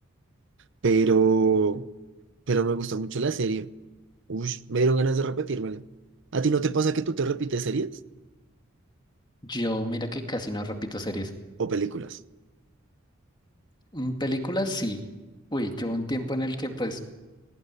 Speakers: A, on the right; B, on the left.
A: Pero, pero me gustó mucho la serie. Uy, me dieron ganas de repetírmela. ¿A ti no te pasa que tú te repites series
B: Yo, mira que casi no repito series.
A: o películas?
B: Mm, Películas sí. Uy, yo un tiempo en el que pues